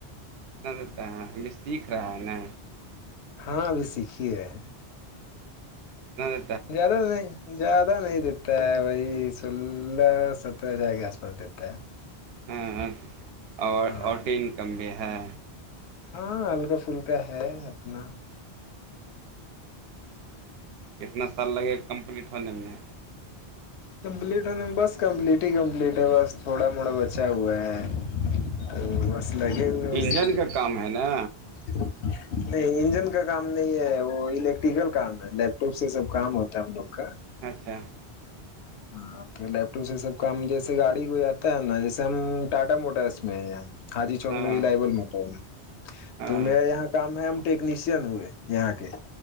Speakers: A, on the right (about 70°); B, on the left (about 80°).
A: اتنا دیتا ہے ہمھی سیکھ رہا ہے نا
B: ہاں ابھی سیکھیے ہیں
A: نا
B: زیادہ ہو نہیں زیادہ نہیں دیتا ہے وہی سولہ سترہ ہزار کے آس پاس دیتا ہے
A: ہاں اور
B: ہاں
A: اورٹین کم بھی ہے
B: ہاں ہلکا پلکا ہے اپنا
A: کتنا سال لگے گا کمپلیٹ ہونے میں
B: کمپلیٹ ہونے بس کمپلیٹ ہی کمپلیٹ ہے بس تھوڑا موڑا بچا ہوا ہے اور بس لگے ہو ہیں اسی
A: انجن کا کام ہے نا
B: میں نہیں انجن کا کام نہیں ہے وہ الیکٹ اسپیکل کام ہے لیپٹاپ سے سب کام ہوتا ہے ہم لوگ کا
A: اچھا
B: ہاں تو لیپ ٹاپ سے سب کام جیسے گاڑی کوئی آتا ہے نا جیس ہم ٹاٹا موٹرس میں ہے یہ خادی چوک
A: ہاں
B: میں بھی لائبول مٹ نے
A: ہاں
B: تو میرا یہاں کام ہے ہم ٹیکنیشین ہوئے یہاں کے